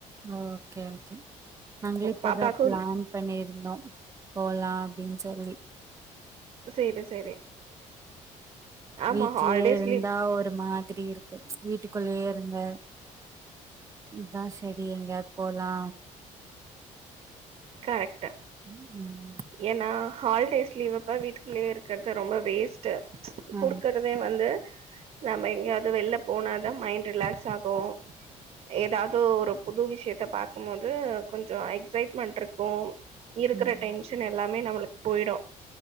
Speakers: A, on the right (about 20°); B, on the right (about 45°).
A: ஓகே ஒகே நாங்களு இப்பதா
B: பாப்பாக்கு
A: பிளான் பண்ணிருந்தோ போலா அப்படின்னு சொல்லி
B: சேரி சேரி ஆமா
A: வீட்லேயே
B: ஹாலிடேஸ்
A: இருந்தா
B: லீவ்
A: ஒரு மார் திரி இருக்கு வீட்டுக்குள்ளேயே இருந்து அதா சரி எங்காயது போலா
B: கரெட்
A: ம் ம்
B: ஏனா ஹாலிடேஸ் லீவப்ப வீட்டுக்குள்ளயே இருக்கறது ரொம்ப வேஸ்ட்டு
A: ஆ
B: குடுக்கறதே வந்து நம்ம எங்கேயாவது வெளில போனாதான் மைண்ட் ரிலாக்ஸ் ஆகும் ஏதாவது ஒரு புது விஷயத்த பாக்க போது கொஞ்சம் எக்ஸைட்மெண்ட்டா இருக்கு இருக்கற
A: ம்
B: டைன்ஷ் எல்லாமே நம்புளுக்கு போயிடு